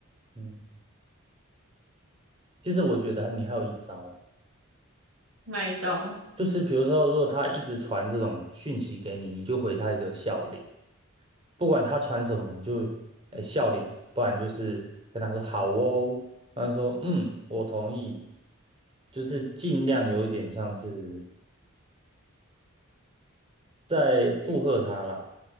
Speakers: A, on the right (about 25°); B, on the right (about 65°).
A: 嗯，其实我觉得你还有一招，
B: 那一招。
A: 就是比如说，如果他一直传这种讯息给你，你就回他一个笑脸。不管他穿什么，你就哎笑脸，不然就是跟他说好哦，然后说嗯，我同意，就是尽量有一点像是在附和他啦，